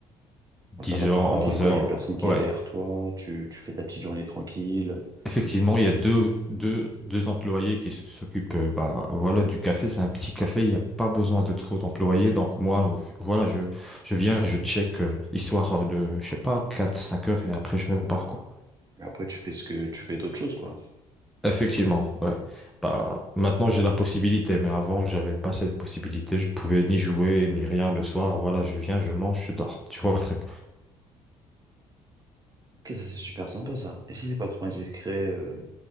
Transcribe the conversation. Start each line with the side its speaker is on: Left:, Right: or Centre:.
Centre: dix
Right: Bon, ça va,
Centre: heures
Right: t'es tranquille,
Centre: onze
Right: quoi.
Centre: heures
Right: Il y a personne qui
Centre: ouais
Right: est derrière toi. Tu, tu fais ta petite journée tranquille.
Centre: Effectivement, il y a deux, deux, deux employés qui s- s'occupent euh, bah, voilà, du café. C'est un petit café, il n'y a pas besoin de trop d'employés. Donc moi, voilà, je, je viens, je check, euh, histoire euh, de, je sais pas, quatre cinq heures et après je me barre, quoi.
Right: Et après, tu fais ce que, tu fais d'autres choses, quoi.
Centre: Effectivement, ouais. Bah, maintenant j'ai la possibilité, mais avant j'avais pas cette possibilité. Je pouvais ni jouer ni rien le soir. Voilà, je viens, je mange, je dors. Tu vois le truc?
Right: Ok, ça, c'est super sympa, ça. Et si c'est pas trop indiscret, euh,